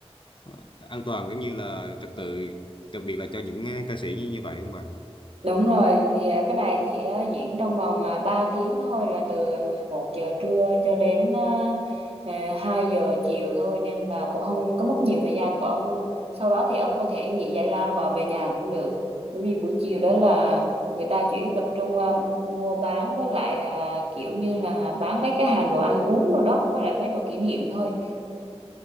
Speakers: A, on the left; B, on the right.
A: ờ, an toàn cũng như là trật tự đặc biệt là cho những ờ, ca sĩ như như vậy không bà
B: Đúng rồi, thì à, cái này chỉ à, diễn trong vòng à, 3 tiếng thôi là từ 11 giờ trưa cho đến à, à, 2 giờ chiều thôi nên là cũng không có mất nhiều thời gian của ông đâu. Sau đó thì ông có thể nghỉ giải lao và về nhà cũng được. Bởi vì buổi chiều đó là người ta chỉ tập trung à, mua bán với lại à, kiểu như là bán mấy cái hàng đồ ăn uống rồi đó với lại mấy đồ kỷ niệm thôi.